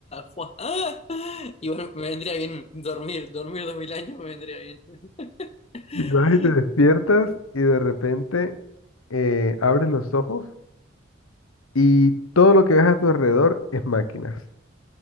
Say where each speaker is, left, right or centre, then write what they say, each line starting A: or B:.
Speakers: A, on the left (about 30°); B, on the left (about 80°).
A: Fua. Ah, Igual me vendría bien dormir, dormir dos mil años me vendría bien. <laughs>
B: Y vas y te despiertas y de repente eh, abres los ojos y todo lo que ves a tu alrededor es máquinas.